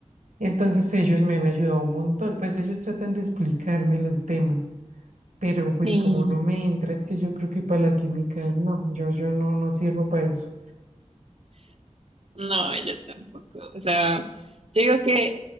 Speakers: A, on the right; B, on the right.
A: Y Entonces ellos me han ayudado un montón, pues ellos tratan de explicarme los temas. Pero pues
B: Sí,
A: como no me entra, es que yo creo que para la química no, yo, yo no, no sirvo para eso.
B: no, yo tampoco. O sea, yo digo que